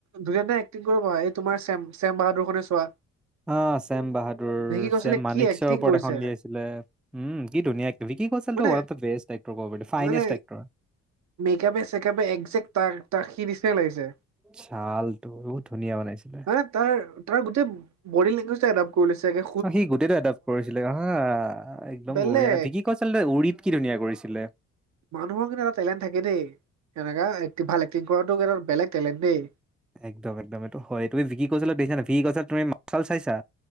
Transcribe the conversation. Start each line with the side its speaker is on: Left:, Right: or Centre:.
Right: ধুনীয়া ধুনীয়া এ ক্টিং কৰিব এই তোমাৰ ছেম ছেম বাহাদুৰখনে চোৱা।
Centre: অঁ, ছেম বাহাদুৰ
Right: ভিকি কৌশলে
Centre: ছেম মানেকশ্বৰ
Right: কি এক্টিং
Centre: ওপৰত
Right: কৰিছে
Centre: এখন উলিয়াইছিলে। উম কি ধুনীয়া এক্টৰ ভিকি কৌশলটো
Right: মানে
Centre: one of the best actor ক'ব পাৰি ফাইনেষ্ট
Right: মানে
Centre: এক্টৰ।
Right: মেকআপে চেকআপে এক তাৰ তাৰ সি নিচিনাই লাগিছে।
Centre: ছালটো বহুত ধুনীয়া বনাইছিলে।
Right: হয়নে? তাৰ তাৰ গোটেই বডী লেংগুৱেজটো এডাপ্ট কৰি লৈছেগে
Centre: অ' সি গোটেইটো এডাপ্ট কৰিছিলে হা। একদম
Right: বেলেগ।
Centre: বঢ়িয়া ভিকি কৌশলে উৰিত কি ধুনীয়া কৰিছিলে।
Right: মানুহৰ কিন্তু এটা টেলেণ্ট থাকে দেই এনেকা এক ভাল এক্টিং কৰাটো কিন্তু এটা বেলেগ টেলেণ্ট দেই।
Centre: একদম একদম, এইটো হয় তুমি বিকি কৌশলক দেখিছা নাই বিকি কৌশলৰ তুমি মাছাল চাইছা?